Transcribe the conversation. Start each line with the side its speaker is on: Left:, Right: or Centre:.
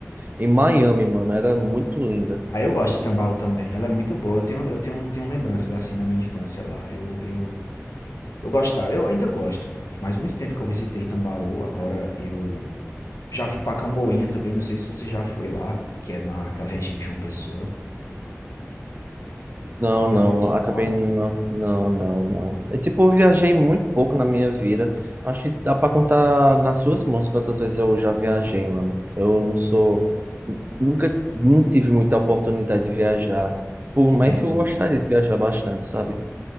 Right: em Miami, mano. Era muito linda.
Left: Ah, eu gosto de Tambaú também. Ela é muito boa. Eu tenho, eu tenho, tenho lembranças
Right: Uhum.
Left: assim da minha infância lá. Eu, eu, eu gostava. Eu ainda gosto. Faz muito tempo que eu visitei Tambaú. Agora eu já fui pra Camboinha também. Não sei se você já foi lá, que é naquela região de João Pessoa.
Right: Não, não,
Left: Já fosse por
Right: acabei
Left: lá?
Right: não, não, não, não. É tipo, eu
Left: Ah,
Right: viajei muito pouco na minha vida. Acho que dá pra contar nas suas mãos quantas vezes eu já viajei, mano. Eu não sou, nunca, não tive muita oportunidade de viajar, por
Left: que
Right: mais
Left: pena.
Right: que eu gostaria de viajar bastante, sabe?